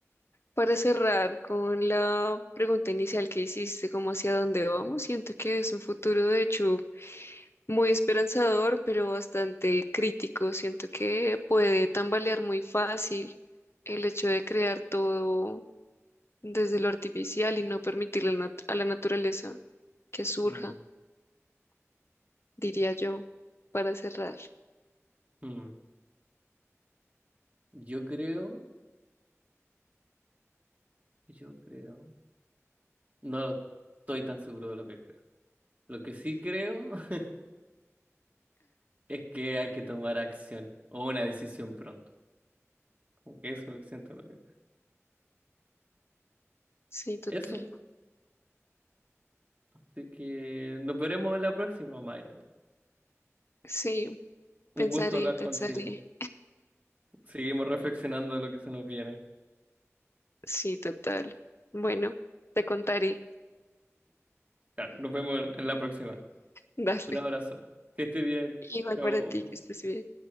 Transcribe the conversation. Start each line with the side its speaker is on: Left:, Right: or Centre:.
Left: para cerrar con la pregunta inicial que hiciste, como hacia dónde vamos,
Right: Mm,
Left: siento que es un futuro de hecho muy esperanzador, pero bastante crítico. Siento que puede tambalear muy fácil el hecho de crear todo desde lo artificial y no permitirle a la nat- a la naturaleza que surja,
Right: mm,
Left: diría yo, para cerrar.
Right: mm. Yo creo, yo creo, no estoy tan seguro de lo que creo. Lo que sí creo <laughs> es que hay que tomar acción o una decisión pronto. Como que eso siento lo que...
Left: Sí, total.
Right: Eso. Así que nos veremos en la próxima, Mayra.
Left: Sí,
Right: Un
Left: pensaré,
Right: gusto hablar
Left: pensaré.
Right: contigo. Seguimos reflexionando de lo que se nos viene.
Left: Sí, total. Bueno, te contaré.
Right: Claro, nos vemos en en la próxima.
Left: <laughs> Dale.
Right: Un abrazo. Que esté bien.
Left: Igual
Right: Chao.
Left: para ti, que estés bien.